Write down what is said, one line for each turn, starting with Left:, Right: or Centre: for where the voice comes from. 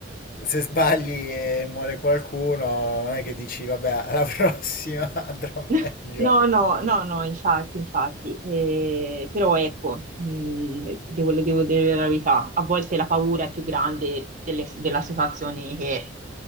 Left: se sbagli e muore qualcuno, non è che dici, vabbè, alla <laughs> prossima andrà meglio.
Right: <laughs> No, no, no, no, infatti, infatti, Eh, però ecco, mh, devo, devo dire la verità, a volte la paura è più grande delle- della situazione che